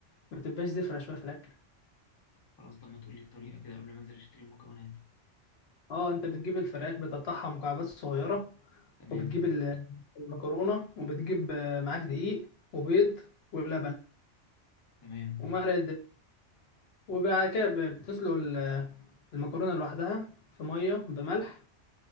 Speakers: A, on the left; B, on the left.
A: ما بتبقاش زفره شويه في الاكل
B: خلاص طب ما تقولي الطريقة كده قبل ما انزل اشتري المكونات
A: اه انت بتجيب الفراخ بتقطعها مكعبات صغيره
B: تمام
A: وبتجيب ال- المكرونه وبتجيب آه، معاك دقيق وبيض ولبن
B: تمام
A: ومرقه دجاج وبعد كده بتسلق ال- المكرونه لوحدها في ميه بملح